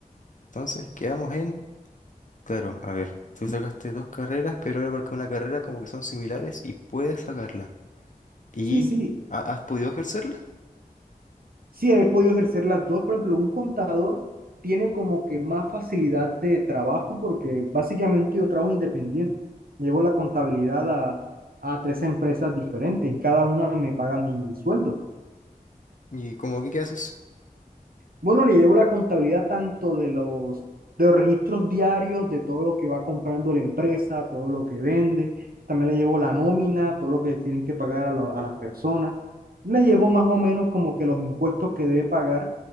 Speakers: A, on the left; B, on the right.
A: Entonces quedamos en, claro, a ver, tú sacaste dos carreras, pero era porque una carrera como que son similares y puedes sacarla. ¿Y
B: Sí, sí,
A: ha- has podido ejercerla?
B: sí, he podido ejercer las dos. Por ejemplo, un contador tiene como que más facilidad de trabajo porque básicamente yo trabajo independiente. Llevo la contabilidad a, a tres empresas diferentes, en cada una me paga mi sueldo.
A: ¿Y como que qué haces?
B: Bueno, le llevo la contabilidad tanto de los, de los registros diarios, de todo lo que va comprando la empresa, todo lo que vende. También le llevo la nómina, todo lo que tienen que pagar a, lo- a las personas. Le llevo más o menos como que los impuestos que debe pagar